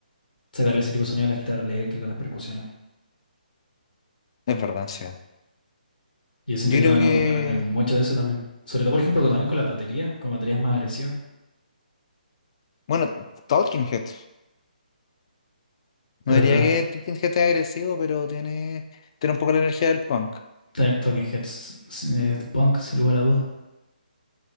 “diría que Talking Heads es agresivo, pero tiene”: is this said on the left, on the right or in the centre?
Left